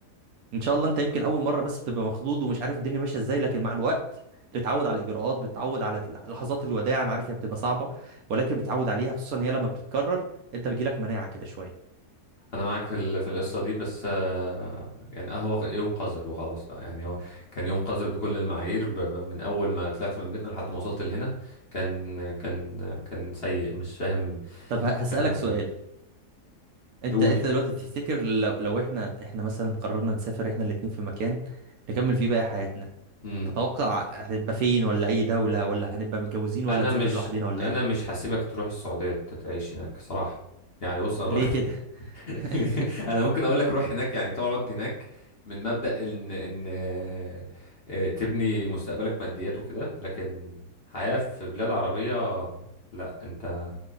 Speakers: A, on the right; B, on the left.
A: ان شاء الله انت يمكن اول مره بس بتبقى مخضوض ومش عارف الدنيا ماشيه ازاي لكن مع الوقت بتتعود على الاجراءات بتتعود على لحظات الوداع انا عارف هي بتبقى صعبه ولكن بتتعود عليها خصوصا هي لما بتتكرر انت بيجيلك مناعه كده شويه
B: انا معاك في ال- في القصه دي بس آه، يعني آه، هو يوم قذر وخلاص بقى يعني هو كان يوم قذر بكل المعاير ب- ب- من اول ما طلعت من بيتنا لحد ما وصلت لهنا كان كان كان سيء مش فاهم
A: طب ه- هسألك
B: كان عامل كده
A: سؤال
B: ليه.
A: انت
B: قول
A: انت دلوقتي تفتكر لو لو احنا احنا مثلا قررنا نسافر احنا الاتنين في مكان نكمل فيه باقي حياتنا
B: امم
A: تتوقع هتبقى فين ولا اي دولة ولا هنبقى متجوزين ولا
B: انا
A: نسافر
B: مش
A: لوحدنا ولا
B: انا
A: ايه
B: مش هسيبك تروح السعوديه تت- تعيش هناك صراحه يعني بص أنا
A: ليه كده
B: <laughs>
A: <laughs>
B: انا ممكن اقول لك روح هناك يعني تقعد هناك من مبدأ ان ان آه، آه، تبني مستقبلك ماديات وكده لكن حياة في بلاد عربية لا انت